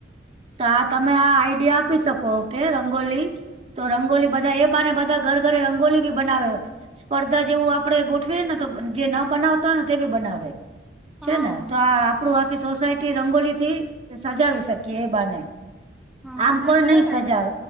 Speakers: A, on the right; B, in the centre.
A: તો આ તમે આ આઈડિયા આપી શકો કે રંગોલી તો રંગોલી બધા એ બાને બધા ઘર ઘરે રંગોલી બી બનાવે હોય. સ્પર્ધા જેવું આપડે ગોઠવીએ ને તો જે ન બનાવતા હોય ને તે બી બનાવે
B: હા
A: છે ને તો આ આપડું આખી સોસાયટી રંગોલી થી સજાવી શકીએ એ બાને
B: હા
A: આમ
B: ના
A: કોઈ
B: સરસ
A: નઈ સજા
B: આઈડિયા